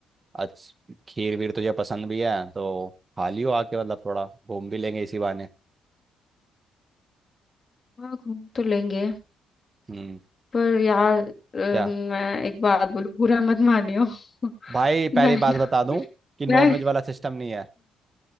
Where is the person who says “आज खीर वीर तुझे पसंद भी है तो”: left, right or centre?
Right